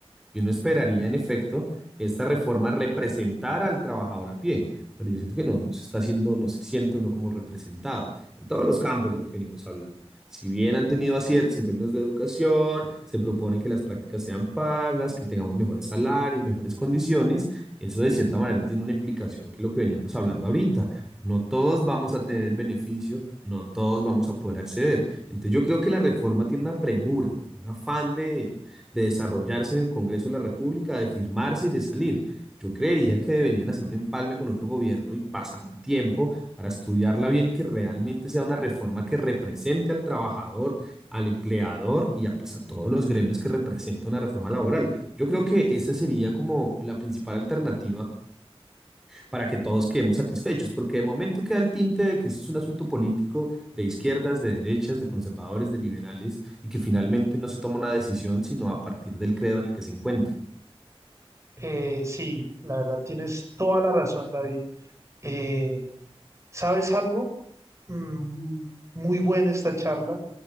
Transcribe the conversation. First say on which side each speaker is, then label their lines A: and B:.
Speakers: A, in the centre; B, on the right (about 30°).
A: Y uno esperaría, en efecto, que esta reforma representara al trabajador a pie, pero yo siento que no, no se está haciendo, no se siente uno como representado en todos los campos de lo que venimos hablando. Si bien han tenido aciertos en términos de educación, se proponen que las prácticas sean pagas, que tengamos mejores salarios, mejores condiciones, eso de cierta manera tiene una implicación que es lo que veníamos hablando ahorita. No todos vamos a tener el beneficio, no todos vamos a poder acceder. Entonces yo creo que la reforma tiene una premura, un afán de de desarrollarse en el Congreso de la República, de firmarse y de salir. Yo creería que deberían hacer un empalme con otro gobierno y pasarán tiempo para estudiarla bien y que realmente sea una reforma que represente al trabajador, al empleador y a, pues, a todos los gremios que representa una reforma laboral. Yo creo que esa sería como la principal alternativa para que todos quedemos satisfechos, porque de momento queda el tinte de que esto es un asunto político de izquierdas, de derechas, de conservadores, de liberales, y que finalmente no se toma una decisión sino a partir del credo en el que se encuentra.
B: Eh, sí, la verdad tienes toda la razón, David. Eh, ¿sabes algo? Mm, muy buena esta charla.